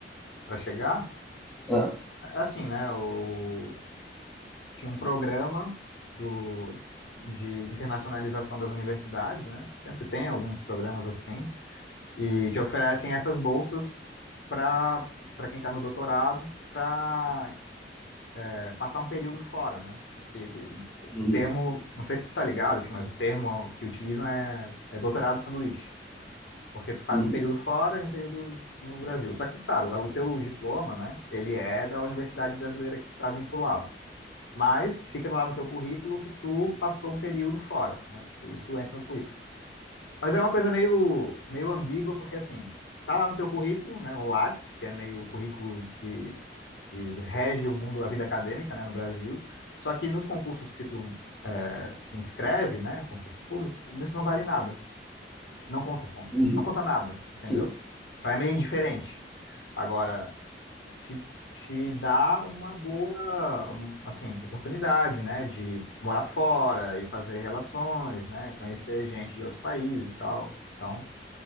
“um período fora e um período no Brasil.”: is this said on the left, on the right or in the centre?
Left